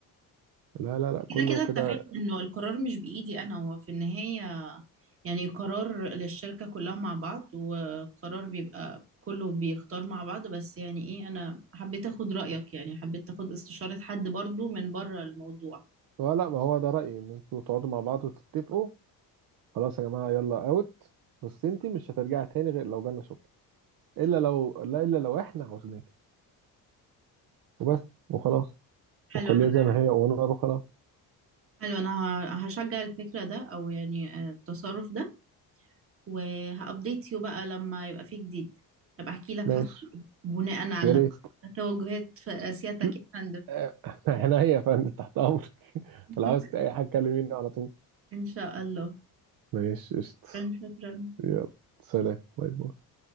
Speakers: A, on the right; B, on the right.
A: لا لا لا
B: كده
A: كله
B: كده
A: كده
B: انت فاهم انه القرار مش بايدي انا هو في النهاية يعني قرار للشركة كلها مع بعض وقرار بيبقى كله بيختار مع بعض بس يعني ايه انا حبيت اخد رأيك يعني حبيت اخد استشارة حد برضو من بره الموضوع
A: آه، لا ما هو ده رايي ان انتوا تقعدوا مع بعض وتتفقوا خلاص يا جماعه يلا اوت بس انت مش هترجعي تاني غير لو جالنا شغل الا لو لا الا لو احنا عاوزينك وبس وخلاص
B: حلو
A: وخليها
B: انا
A: زي ما هي ونقر وخلاص
B: حلو انا ه- هشجع الفكرة ده او يعني آه، التصرف ده وهابديت يو بقى لما يبقى فيه جديد ابقى احكي لك
A: ماشي
B: حصل ايه بناء على
A: يا ريت
B: توجهات في سيادتك
A: <laughs>
B: يا فندم
A: آه، عينيا يا فندم تحت امرك <laughs>
B: <laughs>
A: لو عاوزت اي حاجه كلميني على طول
B: ان شاء الله
A: ماشي قشطة
B: شكرا
A: يلا سلام باي باي